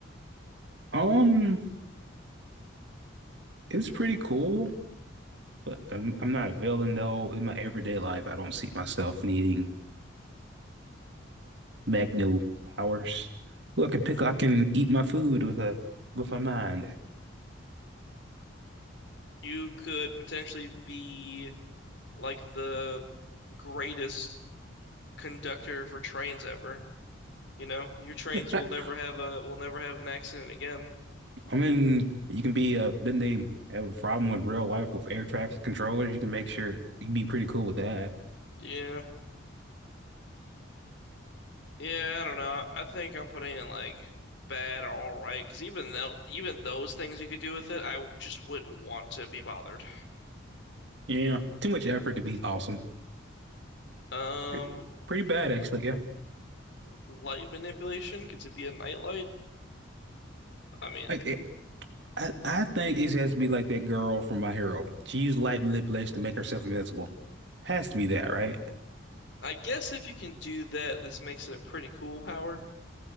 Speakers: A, on the right; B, on the left.
A: um, it's pretty cool, but I'm, I'm not a villain though. In my everyday life, I don't see myself needing Magneto powers. Look, I can pick. I can eat my food with a with my mind.
B: you could potentially be like the greatest conductor for trains ever. You know, your trains
A: <laughs>
B: will never have a will never have an accident again.
A: I mean, you can be uh then they have a problem with real life with air traffic controllers. You can make sure you can be pretty cool with that.
B: Yeah. Yeah, I don't know. I think I'm putting in like bad or all right because even though even those things you could do with it, I w- just wouldn't want to be bothered.
A: Yeah. Too much effort to be awesome.
B: Um,
A: Pretty, pretty bad actually, yeah.
B: light manipulation, could it be a nightlight? I mean,
A: I, it, I I think it has to be like that girl from My Hero. She used light manipulation to make herself invisible. Has to be that, right?
B: I guess if you can do that, this makes it a pretty cool power.